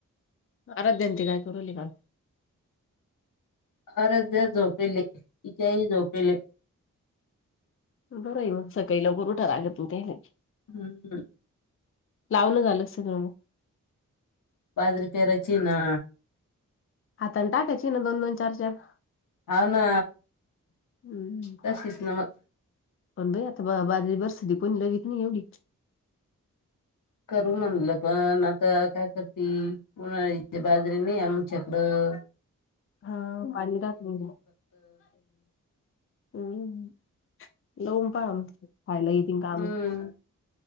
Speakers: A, on the left; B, on the left.
A: आराध्य्यांत काय तोरली का <inaudible>
B: आराध्य्या झोपेले इथ्याही झोपेले
A: बरं आहे मग सकाळीला गरू ठर आलं तू त्याला
B: हम्म हम्
A: लावलं झालं सगळ मग
B: बादरी पराच ना
A: आताण टाका चचीन दोन दोन चार चार
B: होाव ना
A: हम्म
B: तशीच ना मग
A: पण बाई आता बा बाजारी बरसध कोणी लगित नाही एवढीच
B: करू म्हणलं पण आता काय करतील उन्हाळी बाजरीे आम कडं
A: हा आध राात म हम् लवन प म खायला ये त
B: हम्म
A: काम